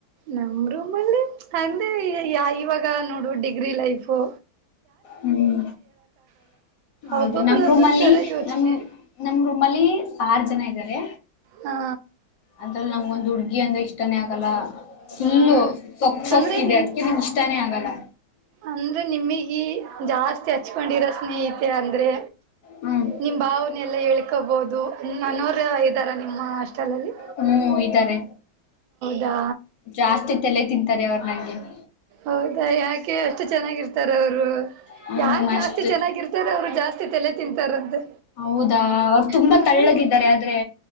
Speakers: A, on the right; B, on the left.
A: ನಮ್ ರೂಮಲ್ಲಿ ಮ್ಚ್. ಅಂದೆ ಇಯ ಯ ಇವಾಗ್ ಗ ನೋಡು ಡಿಗ್ರಿ ಲೈಫ್ ಕೊ.
B: ಹ್ಮ್ ಹೌದು
A: ಒಬ್ಬೊಬ್ರ
B: ನಮ್
A: ಒಂದೊಂದ್
B: ರೂಮಲ್ಲಿ
A: ತರ ಯೋಚನೆ
B: ನಮ್ ನಮ್ ರೂಮಲ್ಲಿ ಆರ್ ಜನ ಇದಾರೆ.
A: ಹಾ
B: ಅದ್ರಲ್ ನಂಗ್ ಒಂದ್ ಹುಡ್ ಗಿ ಅಂದ್ರೆ ಇಷ್ಟಾನೇ ಆಗಲ್ಲ ಫುಲ್ಲು
A: ಹಾ
B: ಸೊಕ್ ಸೊಕ್
A: ಅಂದ್ರೆ
B: ಇದೆ
A: ನೀ
B: ಅದಕ್ಕೆ ನಿಮ್ಗೆ ಇಷ್ಟಾನೇ ಆಗಲ್ಲ.
A: ಅಂದ್ರೆ ನಿಮಿಗಿ ಜಾಸ್ತಿ ಹಚ್ಕೊಂಡಿರೋ ಸ್ನೇಹಿತೆ ಅಂದ್ರೆ
B: ಹ್ಮ್
A: ನಿಮ್ ಭಾವನೆ ಎಲ್ಲಾ ಹೇಳ್ಕೋಬೊದು ಅನ್ನೋವ್ರು ಇದ್ದಾರ ನಿಮ್ಮ ಹಾಸ್ಟೆಲ್ ಅಲ್ಲಿ.
B: ಹೂ ಇದರೆ.
A: ಯಾ
B: ಜಾಸ್ತಿ ತಲೆ ತಿಂತಾರೆ ಅವ್ರ್ ನಂಗ್ ಯಹಿ
A: ಹೌದಾ ಯಾಕೆ ಅಷ್ಟು ಚೆನ್ನಾಗಿರ್ತಾರ ಅವ್ರು.
B: ಹೂ
A: ಯಾರ್ ಜಾಸ್ತಿ
B: ಅಷ್ಟೆ
A: ಚೆನ್ನಾಗಿರ್ತಾರ ಜಾಸ್ತಿ ತಲೆ ತಿಂತಾರಂತೆ
B: ಹೌದಾ ಅವ್ರ್ ತುಂಬಾ
A: ಹ
B: ತಳ್ಳಗಿದ್ದಾರೆ ಆದ್ರೆ